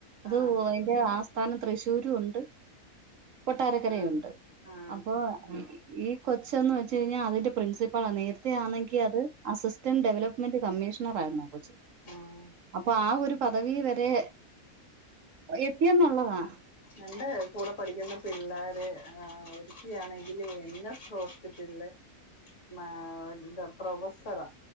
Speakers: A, on the right (about 65°); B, on the left (about 55°).
A: അത്
B: ആഹ്
A: അതിന്റെ
B: ഹ
A: ആസ്ഥാനം തൃശ്ശൂരും ഉണ്ട് കൊട്ടാരക്കരയുണ്ട്
B: ഹ ആഹ് ആഹ്
A: അപ്പോ ഈ കൊച്ചന്ന് വെച്ച് കഴിഞ്ഞാൽ അതിന്റെ പ്രിൻസിപ്പാളാ നേരത്തെ ആണെങ്കിൽ അത് അസിസ്റ്റന്റ് ഡെവലപ്മെന്റ് കമ്മീഷണർ ആയിരുന്നു കൊച്ചി
B: ഉം
A: അപ്പൊ ആ ഒരു പദവി വരെ എത്തിയെന്നുള്ളതാണ്
B: എന്റെ കൂടെ പഠിക്കുന്ന പിള്ളാര് ആ ഒരുത്തി ആണെങ്കില് എൻ എസ് ഹോസ്പിറ്റലില് മാ പ്രൊഫസറാ